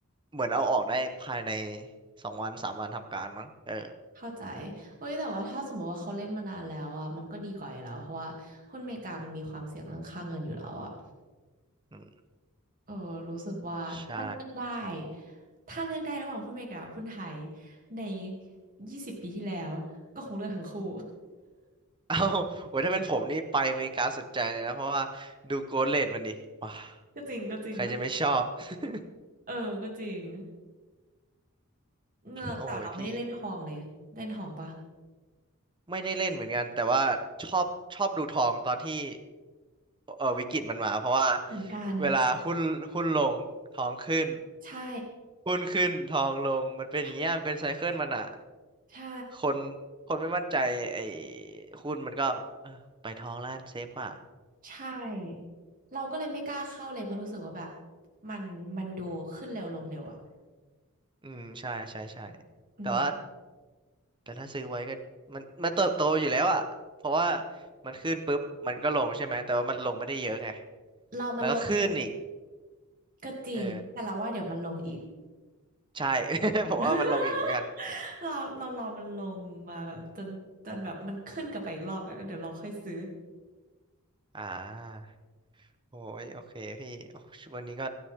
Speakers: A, on the right (about 20°); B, on the right (about 40°).
A: เหมือนเอาออกได้ภายในสองวันสามวันทำการมั้งเออ
B: เข้าใจเฮ้ยแต่ว่าถ้าสมมติว่าเขาเล่นมานานแล้วอ่ะมันก็ดีกว่าอยู่แล้วเพราะว่าหุ้นอเมริกามันมีความเสี่ยงเรื่องค่าเงินอยู่แล้วอ่ะ
A: อืม
B: เออรู้สึกว่าถ้าเลือกได้
A: ใช่
B: ถ้าเลือกได้ระหว่างหุ้นอเมริกากับหุ้นไทยในยี่สิบปีที่แล้วก็คงเลือกทั้งคู่
A: เอ้าโหถ้าเป็นผมนี่ไปอเมริกาสุดใจเลยนะเพราะว่าดูโกลเลดมันดิว้า
B: <laughs> ก็จริงก็จริงก็จริง
A: ใครจะไม่ชอบ <laughs>
B: เออก็จริง เงอกแต่เราไม่ได้เล่นทองเลยเล่นทองปะ
A: โอ้ยพี่ไม่ได้เล่นเหมือนกันแต่ว่าชอบชอบดูทองตอนที่เออวิกฤตมันมาเพราะว่า
B: เหมือนกัน
A: เวลาหุ้นหุ้นลงทองขึ้น
B: ใช่
A: หุ้นขึ้นทองลงมันเป็นอย่างเงี้ยมันเป็นไซเคิลมันอ่ะ
B: ใช่ใช่
A: คนคนไม่มั่นใจไอ้หุ้นมันก็เออไปทองแล้วกันเซฟกว่า
B: ใช่เราก็เลยไม่กล้าเข้าเลยเพราะรู้สึกว่าแบบมันมันดูขึ้นเร็วลงเร็วอ่ะ
A: <laughs> อืมใช่ใช่ใช่
B: อืม
A: แต่ว่า แต่ถ้าซื้อไว้ก็มันมันเติบโตอยู่แล้วอะเพราะว่ามันขึ้นปุ๊บมันก็ลงใช่ไหมแต่ว่ามันลงไม่ได้เยอะไง
B: เรามันลง
A: แล้วก็ขึ้นอีก
B: ก็จริงแต่เราว่าเดี๋ยวมันลงอีก
A: เออใช่ <laughs> ผมว่ามันลงอีกเหมือนกัน
B: <laughs> เราเรารอมันลงมาแบบจนจนแบบมันขึ้นกลับไปอีกรอบกันแล้วเดี๋ยวเราค่อยซื้อ
A: อ่าโอ้ยโอเคพี่โอ้ยวันนี้ก็